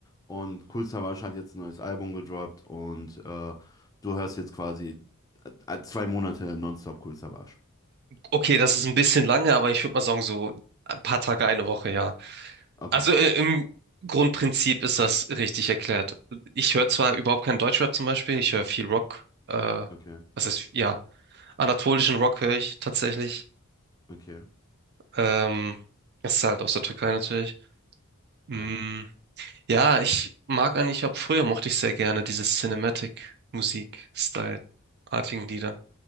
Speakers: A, on the left (about 15°); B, on the right (about 50°).
A: und Kool Savas hat jetzt ein neues Album gedroppt und äh, du hörst jetzt quasi äh, äh, zwei Monate nonstop Kool Savas.
B: Okay, das ist ein bisschen lange, aber ich würde mal sagen, so ein paar Tage, eine Woche, ja.
A: Okay,
B: Also äh, im Grundprinzip ist das richtig erklärt. Ich höre zwar überhaupt keinen Deutschrap zum Beispiel, ich höre viel Rock, äh,
A: okay,
B: was heißt, ja, anatolischen Rock höre ich tatsächlich.
A: okay,
B: Ähm, das ist halt aus der Türkei natürlich. Mm,
A: ja.
B: ja, ich mag eigentlich, ab früher mochte ich sehr gerne dieses Cinematic-Musik-Style-artigen Lieder.